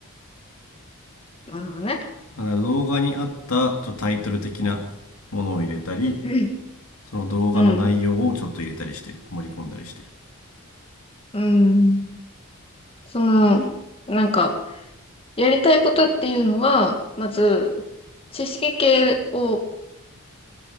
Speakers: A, on the left; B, on the left.
A: なるほどね。
B: だから動画に合ったちょっとタイトル的なものを入れたり
A: うん、
B: その動画の内容をちょっと入れたりしてる盛り込んだりしてる
A: うん、うん。その、なんか、やりたいことっていうのは、まず、知識系を、